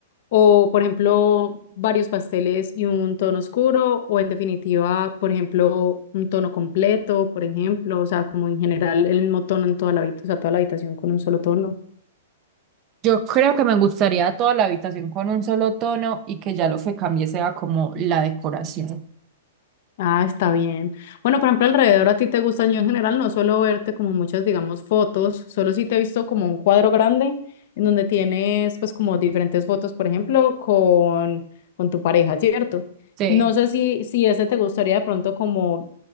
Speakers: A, on the left; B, on the right.
A: O, por ejemplo, varios pasteles y un tono oscuro, o en definitiva, por ejemplo, un tono completo, por ejemplo, o sea, como en general el mismo tono en toda la habitación, o sea, toda la habitación con un solo tono.
B: Yo creo que me gustaría toda la habitación con un solo tono y que ya lo que cambie sea como la decoración.
A: Ah, está bien. Bueno, por ejemplo, alrededor a ti te gustan, yo en general no suelo verte como muchas, digamos, fotos, solo sí te he visto como un cuadro grande en donde tienes pues como diferentes fotos, por ejemplo, con, con tu pareja, ¿cierto?
B: Sí,
A: No sé si, si ese te gustaría de pronto como